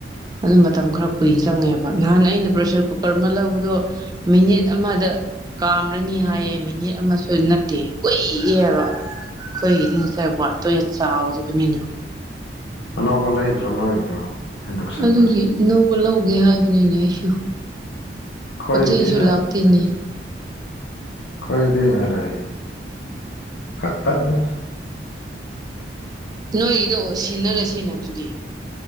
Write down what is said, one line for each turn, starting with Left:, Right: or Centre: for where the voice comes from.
Right: ꯑꯗꯨ ꯃꯇꯝ ꯈꯔ ꯀꯨꯏ ꯆꯪꯉꯦꯕ ꯅꯍꯥꯟ ꯑꯩꯅ ꯄ꯭ꯔꯦꯁꯔ ꯀꯨꯀꯔ ꯑꯃ ꯂꯧꯕꯗꯣ ꯃꯤꯅꯤꯠ ꯑꯃꯗ ꯀꯥꯝꯔꯅꯤ ꯍꯥꯏꯌꯦ ꯃꯤꯅꯤꯠ ꯑꯃꯁꯨ ꯅꯠꯇꯦ ꯀꯨꯏꯌꯦꯕ ꯑꯩꯈꯣꯏꯒꯤꯗꯤ ꯉꯁꯥꯏ ꯋꯥꯠꯇꯣ ꯆꯥꯎꯗꯕꯅꯤꯅ
Left: ꯑꯅꯧꯕ ꯂꯩꯈ꯭ꯔꯣ ꯅꯣꯏꯒꯤꯗꯣ ꯏꯟꯗꯛꯁꯟꯗꯣ
Right: ꯑꯗꯨꯒꯤꯅꯧꯕ ꯂꯧꯒꯦ ꯍꯥꯏꯕꯅꯤꯅꯦ ꯑꯩꯁꯨ
Left: ꯑꯩꯈꯣꯏꯒꯤꯗꯤ
Right: ꯄꯣꯠꯆꯩꯁꯨ ꯂꯥꯛꯇꯦꯅꯦ
Left: ꯑꯩꯣꯏꯗꯤ ꯈꯔ ꯐꯠ ꯐꯠꯅꯦ
Right: ꯅꯣꯏꯒꯤꯗꯣ ꯁꯤꯟꯅꯔꯁꯦꯅ ꯑꯗꯨꯗꯤ